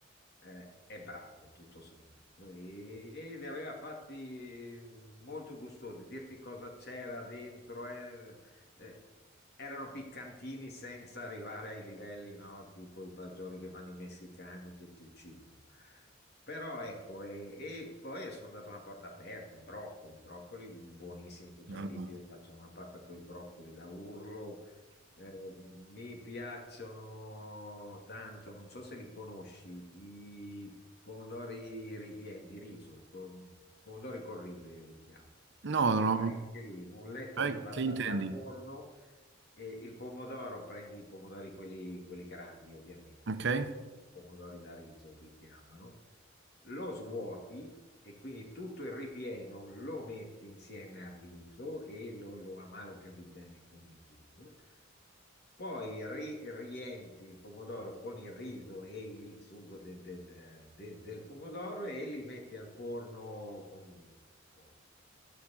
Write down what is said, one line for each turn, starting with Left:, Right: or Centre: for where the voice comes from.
Left: eh, è bravo tutto sommato. E, e li aveva fatti molto gustosi, dirti cosa c'era dentro. eh, eh, erano piccantini senza arrivare ai livelli, no? Tipo i fagioli che fanno i messicani che ti uccidono. Però ecco, e, e poi sono andato a una porta aperta, i broccoli, broccoli buonissimi tutta
Right: Allora.
Left: la vita, io faccio una pasta con i broccoli da urlo, eh, mi piacciono tanto, non so se li conosci, i pomodori ripieni di riso, con, pomodori col riso io li chiamo,
Right: No, no,
Left: che fai
Right: no.
Left: anche lì un letto
Right: Eh,
Left: di patate
Right: che intendi?
Left: al forno e il pomodoro, prendi i pomodori quelli, quelli grandi ovviamente,
Right: Ok?
Left: sono po- pomodori da riso si chiamano, lo svuoti e quindi tutto il ripieno lo metti insieme al riso e lo, lo amalgami bene con il riso. Poi ri- riempi il pomodoro con il riso e il sugo de- del, de- del pomodoro e li metti al forno con boh,